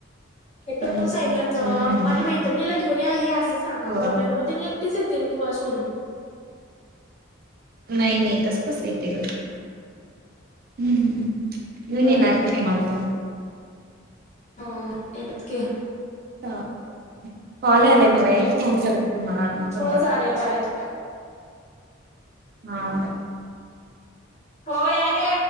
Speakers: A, on the left; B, on the right.
A: हे तर
B: हम्म
A: सांगलंत ना?
B: हम्म हम्म
A: माझ्या मैत्रीण - त्यांनी ल घेऊन आहे हे असं सांगावं
B: हो
A: नाही तर मग त्यांनी एकटीच येतील की मला सोडून.
B: नाही नाही तस कस येतील? हं. हं. हं
A: बरं
B: नाही नेणार मालग <unintelligible>
A: हो. <unintelligible>
B: कॉल आलाय मला एक. फोन करते तुम्हाला अजून परत.
A: हो चालेल बाहेर <unintelligible>
B: हा.
A: हो. यायले.